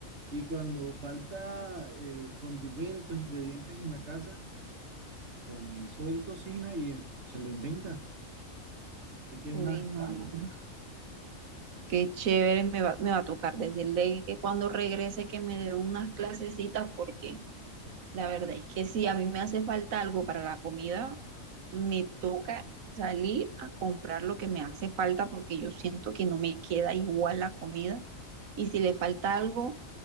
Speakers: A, on the right; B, on the right.
A: Y cuando falta eh, condimentos, ingredientes en la casa, con eso él cocina y eh, se lo inventa. Así que es
B: Uy,
A: una ventaja.
B: no, no, no. qué chévere, me va, me va a tocar decirle que cuando regrese que me dé unas clasecitas porque La verdad es que si a mí me hace falta algo para la comida, me toca salir a comprar lo que me hace falta porque yo siento que no me queda igual la comida y si le falta algo,